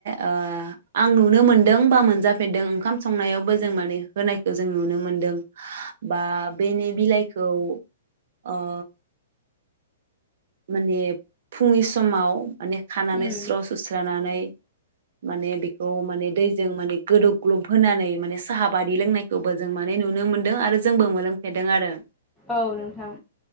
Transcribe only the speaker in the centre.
उम
औ नोंथां